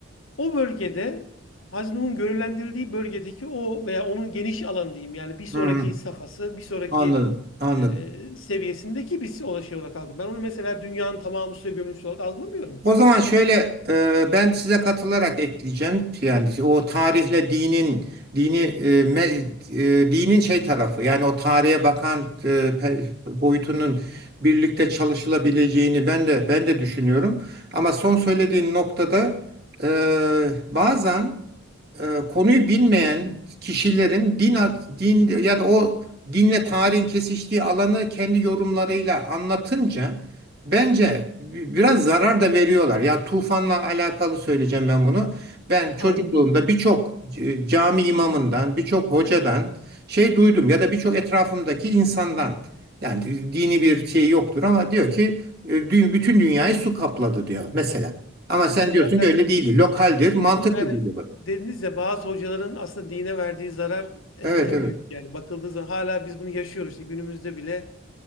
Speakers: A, on the left (about 75°); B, on the right (about 50°).
A: O bölgede Haznuh'un görevlendirildiği bölgedeki o veya onun geniş alan diyeyim yani bir sonraki
B: Hı hı.
A: safhası, bir sonraki
B: Anladım. Anladım.
A: e, seviyesindeki bir şey olarak algılıyorum. Ben onu mesela dünyanın tamamı suya gömülmüş olarak algılamıyorum ki.
B: O zaman şöyle e, ben size katılarak ekleyeceğim. Yani o tarihle dinin dini e, me- e, dinin şey tarafı yani o tarihe bakan e, pe- boyutunun birlikte çalışılabileceğini ben de ben de düşünüyorum. Ama son söylediğin noktada e, bazen e, konuyu bilmeyen kişilerin din at- din ya da o dinle tarihin kesiştiği alanı kendi yorumlarıyla anlatınca bence bi- biraz zarar da veriyorlar. Ya tufanla alakalı söyleyeceğim ben bunu. Ben çocukluğumda
A: Anladım.
B: birçok c- cami imamından, birçok hocadan şey duydum ya da birçok etrafımdaki insandan yani dini bir şey yoktur ama diyor ki e, dü- bütün dünyayı su kapladı diyor mesela. Ama
A: Ya
B: sen
A: zaten
B: diyorsun ki öyle değil.
A: biz
B: Lokaldir, mantıklı
A: bu yani
B: değil.
A: dediniz ya bazı hocaların aslında dine verdiği zarar <laughs>
B: Evet
A: en
B: evet.
A: büyük yani bakıldığı zaman hala biz bunu yaşıyoruz işte günümüzde bile